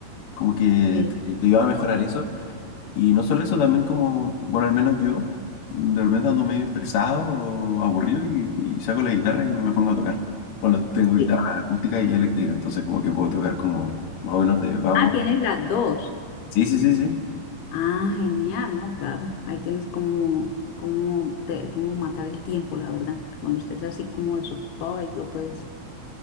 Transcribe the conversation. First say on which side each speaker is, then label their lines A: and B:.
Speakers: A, on the left (about 65°); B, on the left (about 80°).
A: como que
B: Eh,
A: te, te ayuda a mejorar eso. Y no solo eso, también como, bueno, al menos yo, de repente ando medio estresado o aburrido y, y saco la guitarra y me pongo a tocar. Bueno, tengo guitarra
B: Sí.
A: acústica y eléctrica, entonces como que puedo tocar como más o menos de ambos.
B: Ah, tienes las dos.
A: Sí, sí, sí, sí.
B: Ah, genial, ¿no? Claro, ahí tienes como, como, te, como matar el tiempo, la verdad. Cuando estés así como desocupado, ahí lo puedes